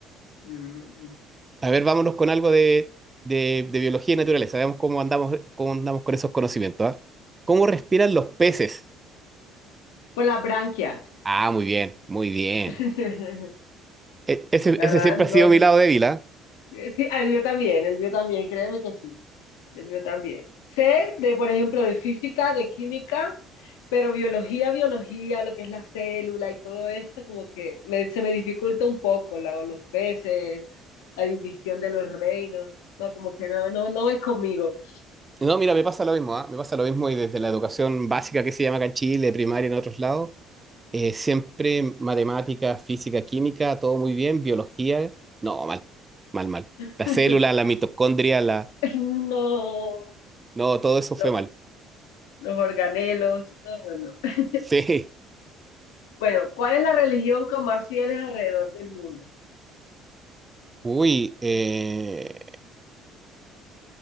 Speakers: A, on the left; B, on the right.
A: Mm,
B: A ver, vámonos con algo de, de- de biología y naturaleza. Veamos cómo andamos, cómo andamos con esos conocimientos, ¿ah? ¿Cómo respiran los peces?
A: Por las branquias.
B: Ah, muy bien, muy bien.
A: <laughs>
B: E- ese,
A: La
B: ese
A: verdad,
B: siempre ha sido
A: no,
B: mi lado débil, ¿ah?
A: Eh, Sí, el mío también, el mío también, créeme que sí, el mío también. Sé de, por ejemplo, de física, de química, pero biología, biología, lo que es la célula y todo esto, como que me- se me dificulta un poco, la- los peces, la división de los reinos, no, como que no, no, no es conmigo.
B: No, mira, me pasa lo mismo, ¿ah? Me pasa lo mismo y desde la educación básica que se llama acá en Chile, primaria en otros lados, eh, siempre matemática, física, química, todo muy bien, biología, no, mal, mal, mal.
A: <laughs>
B: La célula, la mitocondria, la...
A: No,
B: No, todo eso fue
A: los,
B: mal.
A: los organelos, no, no, no.
B: <laughs> Sí.
A: Bueno, ¿cuál es la religión con más fieles alrededor del mundo?
B: Uy, eh...